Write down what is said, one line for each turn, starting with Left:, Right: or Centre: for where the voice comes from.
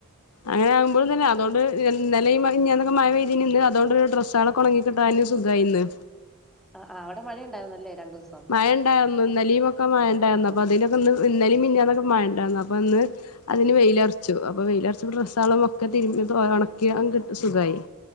Left: അങ്ങനെകുമ്പോഴന്നേ അതുകൊണ്ട് ഇന്നലിം മിഞ്ഞാന്നൊക്കെ മഴ പെയ്തീനി അതൊണ്ട് ഡ്രസ്സകളൊക്കെ ഒണങ്ങി കിട്ടാൻ സുഖായി ഇന്ന്
Centre: അഹ് അവിടെ മഴയണ്ടായിരുന്നല്ലേ രണ്ടു ദിവസം
Left: മഴ ഉണ്ടായിരുന്നു ഇന്നെലെയു ഒക്കെ മഴ
Centre: ആഹ്
Left: ഉണ്ടായിരുന്നു അപ്പൊ അതിനൊക്കെ ഇന്ന് ഇന്നെലെയു മിഞ്ഞാലാനൊക്കെ മഴണ്ടായിരുന്നു അപ്പൊ ഇന്ന് ആയില് വെയിലറച്ചു അപ്പൊ വെയിലറച്ചു ഡ്രസ്സാളക്കെ തിരുമ്പി ഉണക്കി കിട്ടും സുഖായി